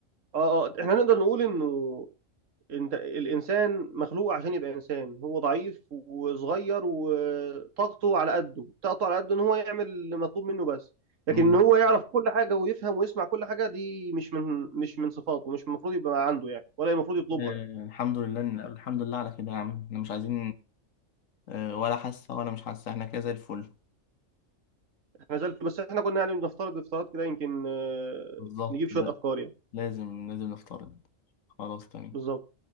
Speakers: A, on the right (about 70°); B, on the left (about 75°).
A: اه اه احنا نقدر نقول انه انت الانسان مخلوق عشان يبقى انسان هو ضعيف وصغير وطاقته على قده طاقته على قده ان هو يعمل اللي مطلوب منه بس لكن
B: مم.
A: ان هو يعرف كل حاجه ويفهم ويسمع كل حاجه دي مش من مش من صفاته مش المفروض يبقى عنده يعني ولا المفروض يطلبها
B: آه،
A: يعني
B: الحمد لله إن- الحمد لله على كده يا عم احنا مش عايزين آه، ولا حاسه ولا مش حاسه احنا كده زي الفل
A: احنا زلت بس احنا كنا يعني بنفترض افتراضات كده يمكن آه،
B: بالظبط
A: نجيب شويه
B: لا
A: افكار يعني
B: لازم لازم نفترض خلاص تمام
A: بالظبط